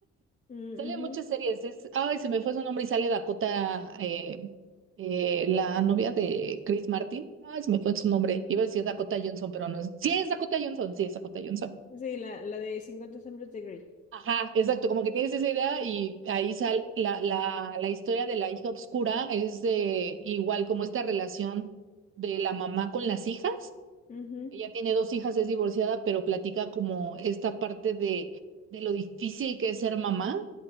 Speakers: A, on the left; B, on the right.
A: mm,
B: Sale
A: ujú.
B: en muchas series. Es, ay, se me fue su nombre y sale Dakota, eh, eh, la novia de Chris Martin. Ay, se me fue su nombre. Iba a decir Dakota Johnson, pero no es. Sí, es Dakota Johnson, sí, es Dakota Johnson.
A: Sí, la, la de cincuenta sombras de Grey.
B: Ajá, exacto. Como que tienes esa idea y ahí sale la, la, la historia de la hija obscura. Es eh, igual como esta relación de la mamá con las hijas.
A: Ujú,
B: Ella tiene dos hijas, es divorciada, pero platica como esta parte de, de lo difícil que es ser mamá